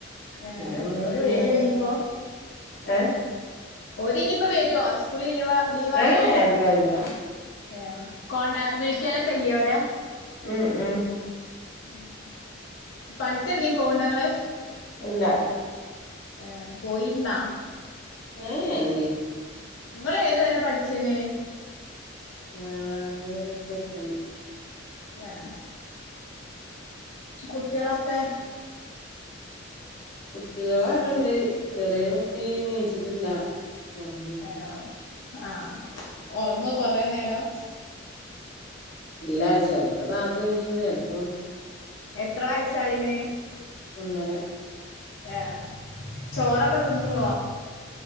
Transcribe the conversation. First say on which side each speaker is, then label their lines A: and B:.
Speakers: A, on the left; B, on the left.
A: ഏ
B: പിന്നെമ്മീപ്പയും
A: ഓര് വരോ
B: ഞങ്ങൾ
A: ഇനിയിപ്പോ
B: ഏഹ്
A: ഓര് ഇനിയിപ്പോ വരുവോ സ്കൂളിൽ ലീവ് ലീവായോണ്ട്
B: ഏഹ് ഇല്ല ഇല്ല
A: ഏ്ഹ് കോണ്ട വിളിക്കാലൊക്കെ ഇല്ലൊരു
B: ഉം ഉം
A: ഉം പണിക്കെന്തും പോവണ്ടങ്ങള്
B: ഇല്ല
A: ഏഹ് പോയിരുന്നോ
B: ഏഹ് ഇല്ല
A: നിങ്ങള് ഏതു വരെ പഠിച്ചേന്
B: ഞാൻ പ്ലസ് വൺ
A: ഏഹ് കുട്ടികളൊക്കെ
B: കുട്ടികള് അവിടെണ്ട് ചെറിയ കുട്ടി നീച്ചിട്ടില്ല ഒറങ്ങാണ്
A: ഏഹ് ഉറ ആഹ് ഉറങ്ങോ കൊറേ നേരം
B: ഇല്ല ചെിലപ്പോ നേരത്തെ നീച്ചും ചിലപ്പോ
A: എത്ര വയസായിന്
B: ഒന്നര
A: ഏഹ് ചോറൊക്കെ തിന്നോ